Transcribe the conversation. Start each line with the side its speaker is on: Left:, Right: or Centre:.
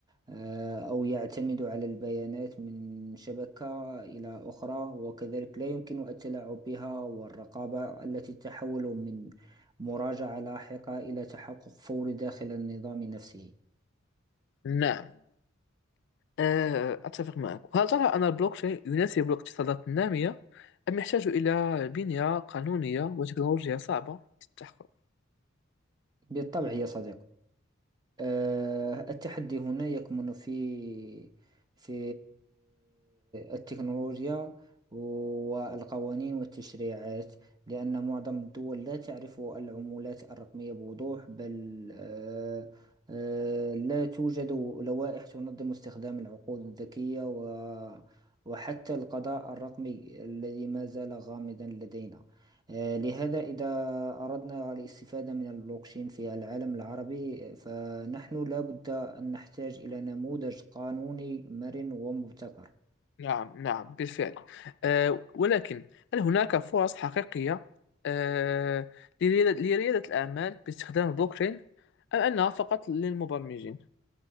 Right: آه، أو يعتمد على البيانات من شبكة إلى أخرى وكذلك لا يمكن التلاعب بها والرقابة التي تحول من مراجعة لاحقة إلى تحقق فوري داخل النظام نفسه
Left: نعم آه، أتفق معك وهل ترى أن البلوك تشين يناسب الاقتصادات النامية أم يحتاج إلى بنية قانونية وتكنولوجيا صعبة للتحقق
Right: بالطبع يا صديقي آه، التحدي هنا يكمن في في التكنولوجيا والقوانين والتشريعات لأن معظم الدول لا تعرف العملات الرقمية بوضوح بل آه، آه، لا توجد لوائح تنظم استخدام العقود الذكية و وحتى القضاء الرقمي الذي ما زال غامضا لدينا آه، لهذا إذا أردنا الاستفادة من البلوكشين في العالم العربي فنحن لابد أن نحتاج إلى نموذج قانوني مرن ومبتكر
Left: نعم نعم بالفعل آه، ولكن هل هناك فرص حقيقية آه، لريادة لريادة الأعمال باستخدام البلوك تشين أم أنها فقط للمبرمجين؟